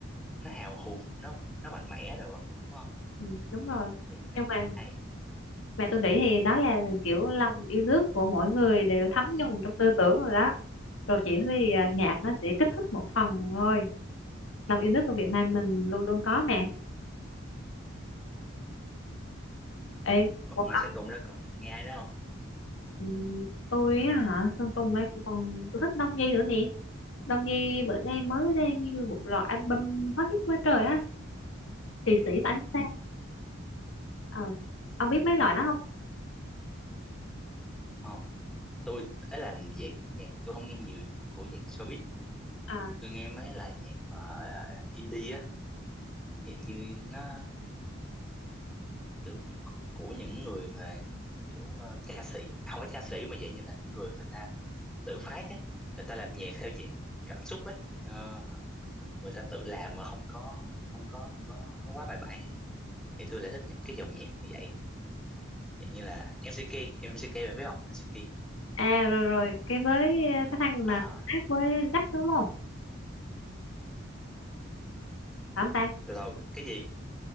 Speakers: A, in the centre; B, on the left.
A: nó hào hùng nó nó mạnh mẽ rồi á đúng không
B: ừ, đúng rồi
A: tôi
B: nhưng
A: thấy
B: mà
A: chế hay
B: mà tôi nghĩ thì đó là kiểu lòng yêu nước của mỗi người đều thấm nhuần trong tư tưởng rồi đó rồi chỉ vì à, nhạc
A: ừ.
B: nó sẽ kích thích một phần thôi lòng yêu nước của Việt Nam mình luôn luôn có mà ê
A: Ủa,
B: còn
A: ngoài Sơn Tùng ra còn nghe ai đó không
B: ông- tôi á hả Sơn Tùng đây còn tôi thích Đông Nhi nữa nè Đông Nhi bữa nay mới ra như một loạt album hot hit quá trời á Kỳ sĩ và ánh
A: ừ.
B: sao ờ ông biết mấy loại đó không
A: Ừ. không tôi ấy là về nhạc tôi không nghe nhiều nhạc của dạng showbiz
B: à,
A: tôi nghe mấy là nhạc mà ờ, indie á dạng như nó kiểu của những người mà kiểu ờ, ca sĩ không phải ca sĩ mà dạng như là những người người ta tự phát á người ta làm nhạc theo dạng cảm xúc á Ờ, người ta tự làm mà không có không có không có không có quá bài bản á thì tôi lại thích những cái dòng nhạc như vậy dạng như là MCK MCK bạn biết không MCK
B: à rồi rồi cái với ờ, cái thằng mà
A: à
B: hát với Jack đúng không phải không ta
A: từ đầu cái gì